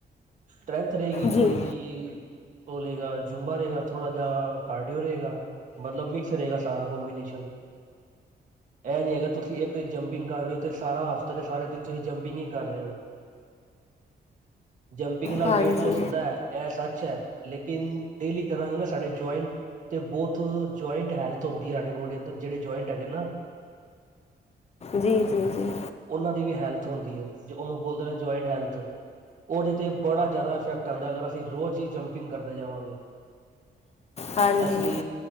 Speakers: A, on the right; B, on the left.
A: ਸਟਰੈਂਥ ਰਹੇਗੀ।
B: ਜੀ
A: ਥੋੜ੍ਹੀ ਜਿਹੀ ਉਹ ਲਗਾ ਜੂੰਬਾ ਰਹੇਗਾ ਥੋੜ੍ਹਾ ਜਿਹਾ ਕਾਰਡੀਓ ਰਹੇਗਾ ਮਤਲਬ ਮਿਕਸ ਰਹੇਗਾ ਸਾਰਾ ਕੋਂਬੀਨੇਸ਼ਨ ਇਹ ਨਹੀ ਹੈਗਾ ਤੁਸੀਂ ਇੱਕ ਦਿਨ ਜੰਪਿੰਗ ਕਰ ਰਹੇ ਹੋ ਤੇ ਸਾਰਾ ਹਫ਼ਤਾ ਦੇ ਸਾਰੇ ਦਿਨ ਤੁਸੀਂ ਜੰਪਿੰਗ ਹੀ ਕਰ ਰਹੇ ਹੋ। ਜੰਪਿੰਗ ਨਾਲ
B: ਹਾਂਜੀ
A: ਵੇਟ ਲੋਸ ਹੁੰਦਾ ਹੈ। ਇਹ ਸੱਚ ਅੱਛਾ ਲੇਕਿਨ ਡੇਲੀ ਕਰਾਂਗੇ। ਨਾ ਸਾਡੇ ਜਆਇੰਟ ਤੇ ਬਹੁਤ ਜਆਇੰਟ ਹੈਲਥ ਹੁੰਦੀ ਹੈ। ਸਾਡੀ ਬੋਡੀ ਅੰ ਜਿਹੜੇ ਜੁਆਇੰਟ ਹੈਗੇ ਨਾ।
B: ਜੀ, ਜੀ, ਜੀ।
A: ਉਹਨਾਂ ਦੀ ਵੀ ਹੈਲਥ ਹੁੰਦੀ ਹੈ। ਜੋ ਉਹਨੂੰ ਬੋਲਦੇ ਨੇ ਜੁਆਇੰਟ ਹੈਲਥ ਉਹਦੇ 'ਤੇ ਬੜਾ ਜ਼ਿਆਦਾ ਇਫੈਕਟ ਆਉਂਦਾ ਅਗਰ ਅਸੀਂ ਰੋਜ਼ ਹੀ ਜੰਪਿੰਗ ਕਰਦੇ ਜਾਵਾਂਗੇ।
B: ਹਾਂਜੀ
A: ਇਸ ਲਈ